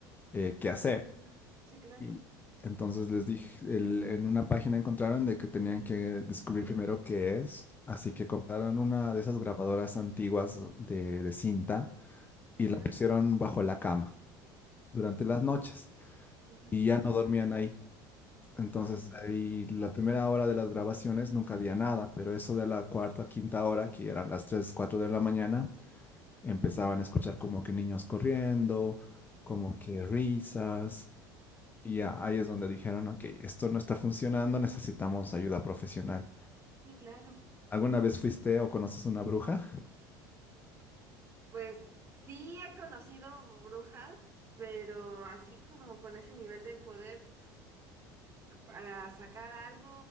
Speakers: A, on the left; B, on the right.
A: eh, qué hacer.
B: Ujú. Sí, claro.
A: Y entonces les dije, el- en una página encontraron de que tenían que descubrir primero qué es, así que compraron una de esas grabadoras antiguas de, de cinta y
B: Ajá.
A: la pusieron bajo la cama durante las noches
B: Ajá.
A: y ya no dormían ahí. Entonces,
B: No, pues no.
A: ahí la primera hora de las grabaciones nunca había nada, pero eso de la cuarta, quinta hora, que eran las 3 4 de la mañana, empezaban a escuchar como que niños corriendo, como que risas, y ya ahí es donde dijeron, ok, esto no está funcionando, necesitamos ayuda profesional.
B: Sí, claro.
A: ¿Alguna vez fuiste o conoces una bruja? <laughs>
B: Pues sí he conocido brujas, pero así como con ese nivel de poder. para sacar algo